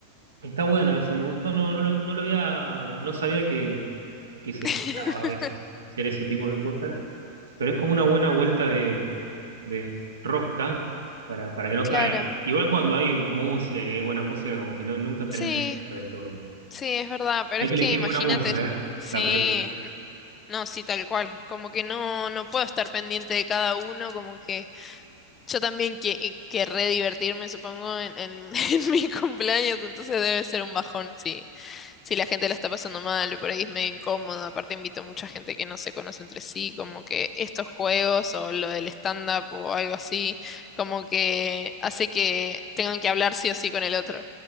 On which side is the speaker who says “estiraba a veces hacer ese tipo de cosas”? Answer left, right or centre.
Right